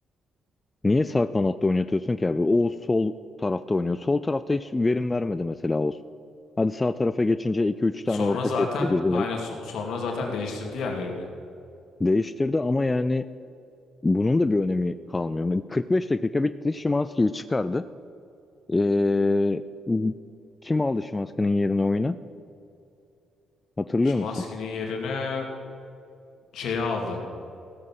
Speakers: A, on the left; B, on the left.
A: Niye sağ kanatta oynatıyorsun ki abi? O sol tarafta oynuyor. Sol tarafta hiç verim vermedi mesela o. Hadi sağ tarafa geçince iki üç tane
B: Sonra
A: ortak
B: zaten
A: etti güzel.
B: aynen so- sonra zaten değiştirdi yerlerini.
A: Değiştirdi ama yani bunun da bir önemi kalmıyor. Yani 45 dakika bitti. Şimanski'yi çıkardı. Ee, kim aldı Şimanski'nin yerine oyuna? Hatırlıyor
B: Szymański'nin
A: musun?
B: yerine şeyi aldı.